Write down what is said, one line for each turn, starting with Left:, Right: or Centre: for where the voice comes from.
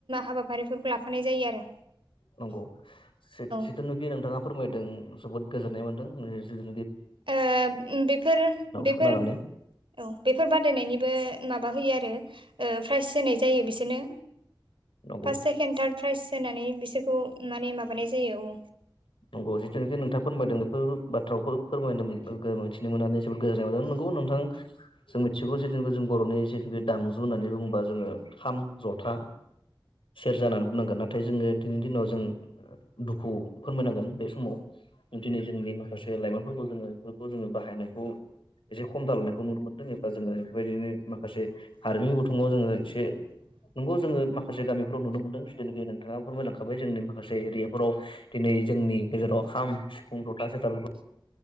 Right: हाबाफारिफोरखौ लाफानाय जायो आरो
Left: नंगौ जित
Right: औ
Left: जितुनोखि नोंथाङा फोरमायदों जोबोद गोजोननाय मोनदों लोगोसे
Right: ओ बेफोरो बेफोर
Left: खोनानानै
Right: औ बेफोर बादायनायनिबो माबा होयो आरो ओ प्राइज होनाय जायो बिसोरनो
Left: नंगौ
Right: फार्स्ट सेकेणड थार्ड प्राइज होनानै बिसोरखौ माने माबानाय जायो औ
Left: नंगौ जितुनोखि नोंथाआ फोरमायदों बेफोर बाथ्राखौ फोरमायदोंमोन मिथिनो मोननानै जोबोद गोजोननाय मोनदों नंगौ नो नोंथां जों मिथिगौ जिथुनिखि जों बरनि जिथुखि दामजु होननानै बुङोबा जोङो खाम जथा सेरजा होननानै बुंनांगोन नाथाय जोङो दिनैनि दिनाव जों दुखु फोरमायनांगोन बे समाव दिनै जोंनि माखासे लाइमोनफोरखौ जोङो बेफोरखौ जोङो बाहायनायखौ एसे खम जालांयनायखौ नुनो मोन्दों एबा जोङो बेफोरबायदिनो माखासे हारिमु गुथुमाव जोङो एसे नोंगौ जोङो माखासे गामिफ्राव नुनो मोनदों जितुनोखि नोंथाङा फोरमायलांखाबाय जोंनि माखासे एरियाफोराव दिनै जोंनि गेजेराव खाम सिफुं जथा सेरजा बेफोर